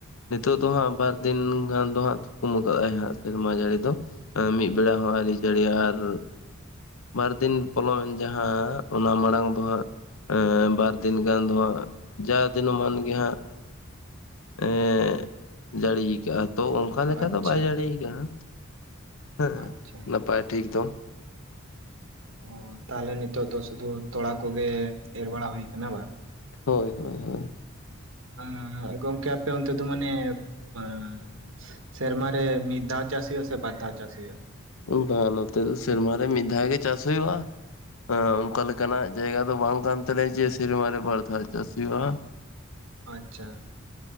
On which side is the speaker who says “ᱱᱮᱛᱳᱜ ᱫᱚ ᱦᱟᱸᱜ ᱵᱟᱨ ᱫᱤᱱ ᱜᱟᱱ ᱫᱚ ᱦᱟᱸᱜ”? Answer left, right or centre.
Left